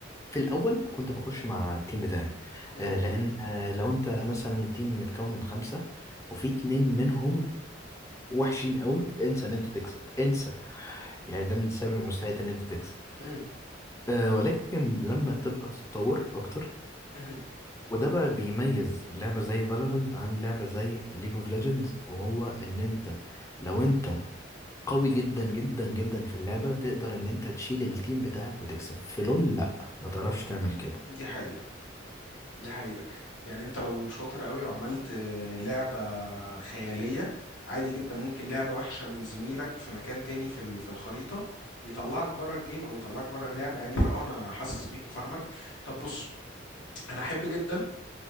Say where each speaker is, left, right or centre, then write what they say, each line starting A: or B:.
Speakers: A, on the left (about 15°); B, on the left (about 70°).
A: في الاول كنت بخش مع التيم بتاعي
B: إمم،
A: آه لان آه لو انت مثلا تيم متكون من خمسة وفي اتنين منهم وحشين قوي انسى ان انت تكسب انسى يعني ده من سبب المستحيل ان انت تكسب
B: إمم،
A: آه ولكن لما تبقى تتطور اكتر
B: اهم،
A: وده بقى بيميز لعبة زي فالورنت عن لعبة زي ليج اوف ليجندز وهو ان انت لو انت قوي جدا جدا جدا في اللعبة تقدر ان انت تشيل التيم بتاعك وتكسب في لول لا ما تعرفش تعمل كده
B: دي حقيقة، دي حقيقة. يعني أنت لو شاطر أوي وعملت آه، لعبة خيالية، عادي جدًا ممكن لعبة وِحشة من زميلك في مكان تاني في ال في الخريطة، يطلّعك برّه الgame أو يطلّعك برّه اللعبة يعني، فآه أنا حاسس بيك وفاهمك. طب بُص، أنا أحب جدًا